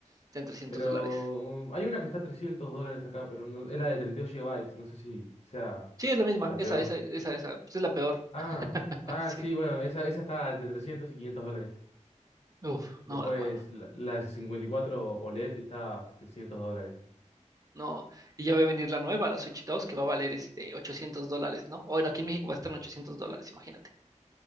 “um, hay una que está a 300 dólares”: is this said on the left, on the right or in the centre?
Left